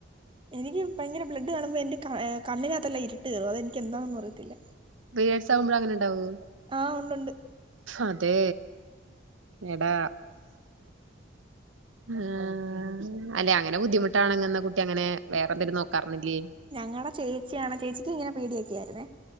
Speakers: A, on the right (about 25°); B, on the right (about 85°).
A: എനിക്ക് ഭയങ്കര ബ്ലഡ് കാണുമ്പോ എന്റെ ഹേ കണ്ണ്നകത്തല്ലാം ഇര്ട്ട് കേറും അതെനിക്ക് എന്താന്നും അറിയത്തില്ല.
B: പിരിയ്ഡ്സ് ആകുമ്പോഴും അങ്ങനെ ണ്ടാവോ?
A: ആഹ് ഉണ്ടുണ്ട്
B: അതെ എടാ ആഹ് അല്ലെ അങ്ങനെ ബുദ്ധിമുട്ടാണങ്ങന്ന കുട്ടി അങ്ങനെ വേറെന്തെലും നോക്കാർന്നില്ലേ.
A: ഞങ്ങടെ ചേച്ചിയാണ് ചേച്ചിക്ക് ഇങ്ങനെ പേടിയൊക്ക ആയിരുന്നേ.